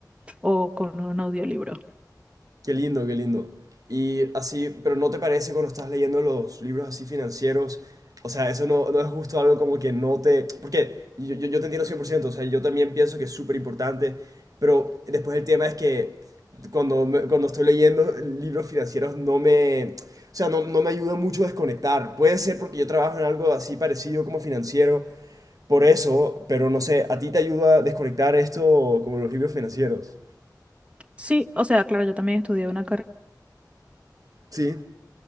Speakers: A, on the right (about 15°); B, on the right (about 55°).
A: o con un audiolibro.
B: Qué lindo, qué lindo. Y así, pero ¿no te parece cuando estás leyendo los libros así financieros? O sea, eso no, no es justo algo como que no te... Porque yo, yo, yo te entiendo cien por ciento o sea, yo también pienso que es súper importante, pero después el tema es que cuando, me- cuando estoy leyendo libros financieros no me... O sea, no, no me ayuda mucho a desconectar. Puede ser porque yo trabajo en algo así parecido como financiero, por eso, pero no sé, ¿a ti te ayuda a desconectar esto como los libros financieros?
A: Sí, o sea, claro, yo también estudié una carrera.
B: Sí,